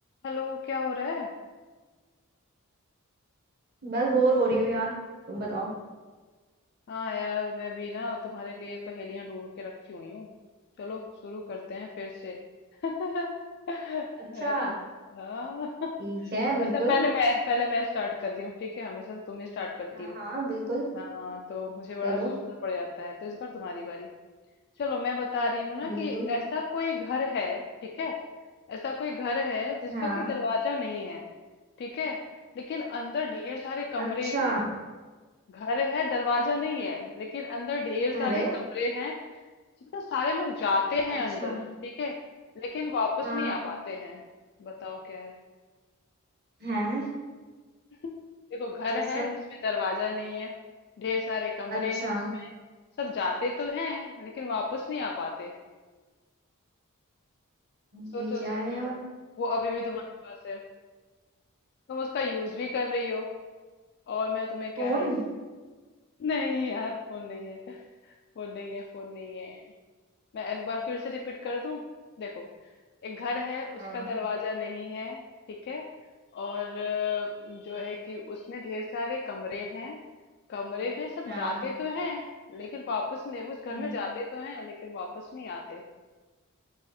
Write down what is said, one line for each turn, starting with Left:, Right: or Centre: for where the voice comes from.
Left: Hello क्या हो रहा है
Right: बस बोर हो रही हूँ यार तुम बताओ
Left: हाँ यार मैं भी ना तुम्हारे लिए पहेलियां ढूंढ के रखी हुई हूँ चलो शुरू करते हैं फिर से <laughs> है
Right: अच्छा
Left: ना हाँ <laughs>
Right: ठीक है बिल्कुल
Left: अच्छा पहले मैं पहले मैं स्टार्ट कर रही हूँ ठीक है हमेशा से तुम ही स्टार्ट करती
Right: हाँ
Left: हो
Right: हाँ बिल्कुल
Left: हाँ तो मुझे बड़ा
Right: चलो
Left: सोचना पड़ जाता है तो इस बार तुम्हारी बारी चलो मैं बता रही हूँ ना
Right: बिल्कुल
Left: कि ऐसा कोई घर है ठीक है ऐसा कोई घर है जिसका
Right: हाँ
Left: कि दरवाजा नहीं है ठीक है लेकिन अंदर ढेर सारे कमरे
Right: अच्छा
Left: हैं घर है दरवाजा नहीं है लेकिन अंदर ढेर सारे
Right: अरे
Left: कमरे हैं तो सारे लोग जाते हैं
Right: अच्छा
Left: अंदर ठीक है लेकिन वापस
Right: हाँ
Left: नहीं आ पाते हैं बताओ क्या है
Right: है
Left: <laughs> देखो घर
Right: ऐसा
Left: है जिसमें दरवाजा नहीं है ढेर सारे कमरे
Right: अच्छा
Left: हैं उसमें सब जाते तो हैं लेकिन वापस नहीं आ पाते सोचो
Right: ये क्या
Left: सोचो
Right: है यार
Left: वो अभी भी तुम्हारे पास है तुम उसका यूज भी कर रही हो और मैं तुम्हें क्या
Right: फोन
Left: हिंट <laughs> नहीं यार फोन नहीं है फोन नहीं है फोन नहीं है मैं एक बार फिर से रिपीट कर दूं देखो एक घर है
Right: हाँ
Left: उसका दरवाजा नहीं है ठीक है और अ, जो है कि उसमें ढेर सारे कमरे हैं कमरे में सब
Right: हाँ
Left: जाते तो हैं लेकिन वापस नहीं उस घर
Right: हम्म
Left: में जाते तो हैं लेकिन वापस नहीं आते